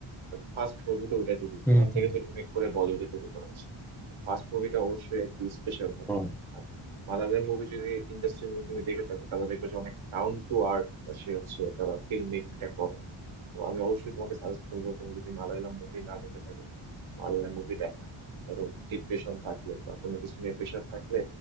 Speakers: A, on the right; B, in the centre.
A: ফার্স্ট মুভি তো ওইটা তৈরি
B: হুম
A: ওখান
B: হুম
A: থেকে তো রিমেক করে বলিউডে তৈরি করা হয়েছে ফার্স্ট মুভিটা অবশ্যই আর কি স্পেশাল হয়
B: হুম।
A: আর মালায়ালাম মুভি যদি ইন্ডাস্ট্রি মুভি তুমি দেখে থাকো তাহলে দেখবে যে অনেক ডাউন টু আর্থ সে হচ্ছে তারা ফিল্ম মেকিংটা করে তো আমি অবশ্যই তোমাকে সাজেস্ট করবো তুমি যদি মালায়ালাম মুভি না দেখে থাকো মালায়ালাম মুভি দেখা ধরো ডিপ্রেশন থাকলে বা কোনো কিছু নিয়ে প্রেশার থাকলে